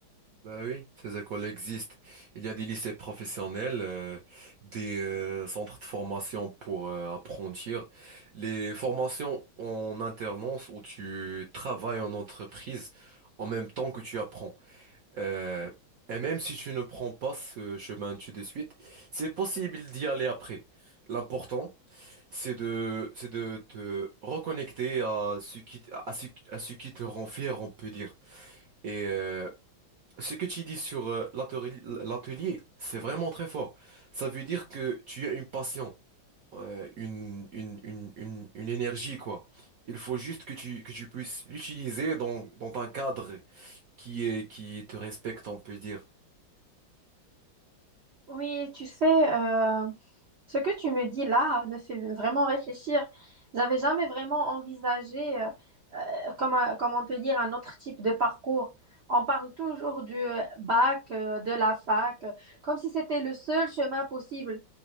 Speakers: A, on the right; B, on the right.
A: Bah oui, ces écoles existent. Il y a des lycées professionnels, euh, des euh, centres de formation pour euh, apprentir, les formations en alternance où tu travailles en entreprise en même temps que tu apprends. Euh, et même si tu ne prends pas ce chemin tout de suite, c'est possible d'y aller après. L'important, c'est de, c'est de te reconnecter à ce qui, à ce, à ce qui te rend fier, on peut dire. Et euh, ce que tu dis sur euh, l'atelier, l'atelier, c'est vraiment très fort. Ça veut dire que tu as une passion, euh, une, une, une, une, une énergie, quoi. Il faut juste que tu, que tu puisses l'utiliser dans, dans un cadre qui est, qui te respecte, on peut dire.
B: Oui, tu sais, euh, ce que tu me dis là me fait vraiment réfléchir. J'avais jamais vraiment envisagé, euh, euh, comme, un- comme on peut dire, un autre type de parcours. On parle toujours du bac, euh, de la fac, euh, comme si c'était le seul chemin possible.